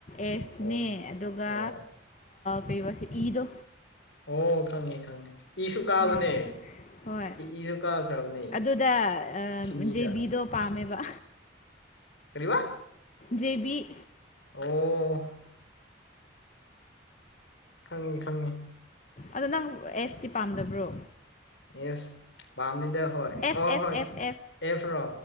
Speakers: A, on the left; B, on the left.
A: ꯑꯦꯁꯅꯦ
B: ꯑꯣ
A: ꯑꯗꯨꯒ
B: ꯑꯣ
A: ꯀꯩꯕ ꯏꯗꯣ
B: ꯑꯣ ꯈꯪꯉꯦ ꯈꯪꯉꯦ ꯏꯁꯨ ꯀꯥꯕꯅꯦ
A: ꯍꯣꯏ ꯍꯣꯏ
B: ꯏꯁꯨ ꯀꯥꯈ꯭ꯔꯕꯅꯦ
A: ꯑꯗꯨꯗ
B: ꯁꯤ ꯃꯤꯗ
A: ꯖꯦꯕꯤꯗꯣ ꯄꯥꯝꯃꯦꯕ
B: ꯀꯔꯤꯕ
A: ꯖꯦꯕꯤ
B: ꯑꯣ ꯑꯣ ꯈꯪꯉꯤ ꯈꯪꯉꯤ
A: ꯑꯗꯣ ꯅꯪ ꯑꯦꯐꯇꯤ ꯄꯥꯝꯗꯕ꯭ꯔꯣ
B: ꯌꯦꯁ ꯄꯝꯃꯤꯗ ꯍꯣꯏ
A: ꯑꯦꯐ
B: ꯑ
A: ꯑꯦꯐ
B: ꯍꯣꯏ
A: ꯑꯦꯐ
B: ꯑꯦꯐ ꯔꯣ